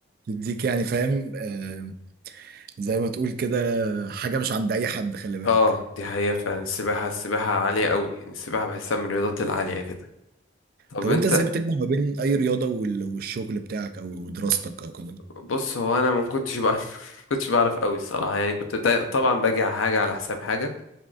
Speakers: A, on the right; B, on the left.
A: تديك يعني فاهم آه زي ما تقول كده حاجه مش عند اي حد خلي بالك
B: اه دي حقيقة فعلا السباحة السباحة عالية قوي يعني السباحة بحسها من الرياضات العالية كده طب
A: طب
B: انت
A: انت ازاي بتجمع ما بين اي رياضه وال- والشغل بتاعك او دراستك او كده
B: بص هو انا ما كنتش بقى <laughs> ما كنتش بعرف قوي الصراحه يعني كنت دا- طبعا باجي على حاجه على حساب حاجه